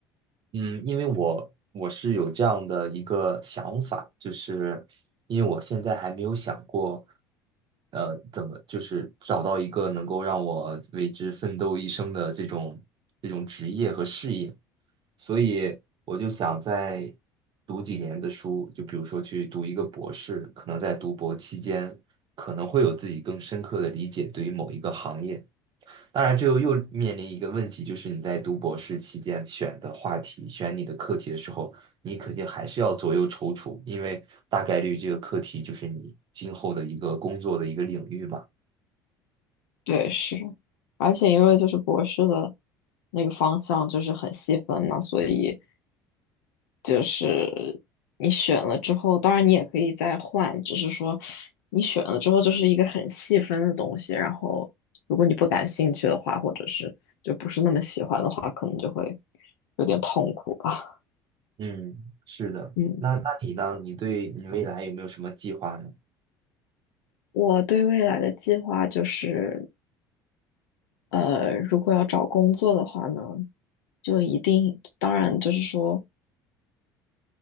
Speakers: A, on the right; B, on the left.
A: 嗯，因为我我是有这样的一个想法，就是因为我现在还没有想过，呃，怎么就是找到一个能够让我为之奋斗一生的这种这种职业和事业，所以我就想再读几年的书，就比如说去读一个博士，可能在读博期间可能会有自己更深刻的理解对于某一个行业。当然，这又又面临一个问题，就是你在读博士期间选的话题、选你的课题的时候，你肯定还是要左右踌躇，因为大概率这个课题就是你今后的一个工作的一个领域嘛。
B: 对，是，而且因为就是博士的那个方向就是很细分嘛，所以就是你选了之后，当然你也可以再换，只是说你选了之后就是一个很细分的东西，然后如果你不感兴趣的话，或者是就不是那么喜欢的话，可能就会有点痛苦吧。
A: 嗯，是的。
B: 嗯，
A: 那那你呢？你对你未来有没有什么计划呢？
B: 我对未来的计划就是，呃，如果要找工作的话呢，就一定，当然就是说。